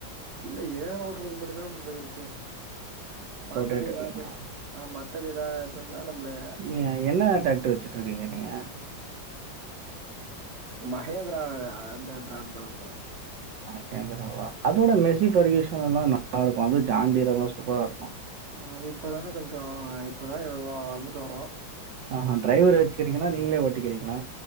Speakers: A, on the right; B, on the right.
A: இல்ல ஏர் ஓட்றதுக்கு மட்டு தா பிரதர் இருக்கு மத்தது
B: ரொட்டேட்டர்ல
A: எதாவ்து
B: என்ன
A: அ மத்தது எதா இருந்தன்னா நம்மளே
B: நீ என்ன டிராக்டர் வெச்சுட்டு இருக்கீங்க நீங்க
A: மகேந்திரா அ அந்த பிராண்ட் தா இருக்கு
B: மகேந்திரவா அதோட மெஸ்ஸி பர்கியூஷன் எல்லா நல்லா இருக்கு அது ஜான் டீரே எல்லா சூப்பரா இருக்கு
A: அ இப்பதானே கொஞ்சோ இப்பதா வா வளந்துட்டு வர்றோ
B: ஆஹா ட்ரைவர வெச்சுக்கிறீங்ளா நீங்களே ஓட்டிக்கிறீங்ளா